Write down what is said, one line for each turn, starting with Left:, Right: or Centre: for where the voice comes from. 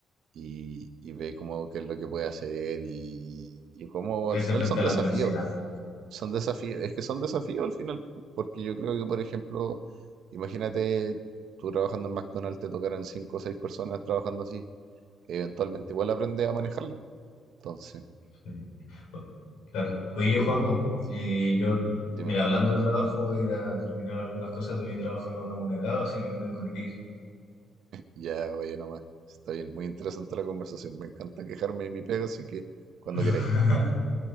Right: y, y ve como qué es lo que puede hacer y, y como
Left: Crece
Right: al final
Left: frente
Right: son
Left: a
Right: desafíos.
Left: la adversidad.
Right: Son desafíos, es que son desafíos al final, pu, porque yo creo que, por ejemplo, imagínate tú trabajando en McDonald's, te tocaran cinco o seis personas trabajando así, eventualmente igual aprendes a manejarlo. Entonces,
Left: Sí. O- Claro. Oye, Joaco, y yo,
Right: mm, dime,
Left: mira, hablando de trabajo, voy a ir a terminar algunas cosas de mi trabajo no remunerado, así que me tengo que ir.
Right: ya vaya nomás. Está bien, muy interesante la conversación. Me encanta quejarme de mi pega, así que cuando
Left: <laughs>
Right: queráis.